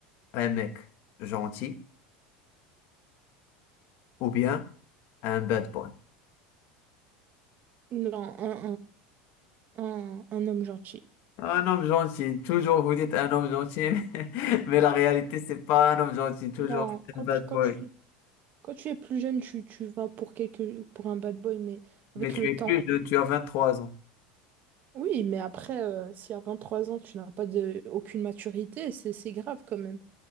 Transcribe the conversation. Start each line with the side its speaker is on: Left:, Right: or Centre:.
Left: un mec gentil ou bien un bad boy?
Right: Non, un, un, un, un homme gentil.
Left: Un homme gentil. Toujours vous dites un homme gentil, <laughs> mais la réalité, c'est pas un homme gentil. Toujours
Right: Non,
Left: c'est
Right: quand
Left: un bad
Right: tu, quand
Left: boy.
Right: tu, quand tu es plus jeune, tu, tu vas pour quelque, pour un bad boy, mais avec
Left: Mais tu
Right: le temps.
Left: es plus jeune, tu as 23 ans.
Right: Oui, mais après, euh, si à 23 ans, tu n'as pas de, aucune maturité, c'est, c'est grave quand même.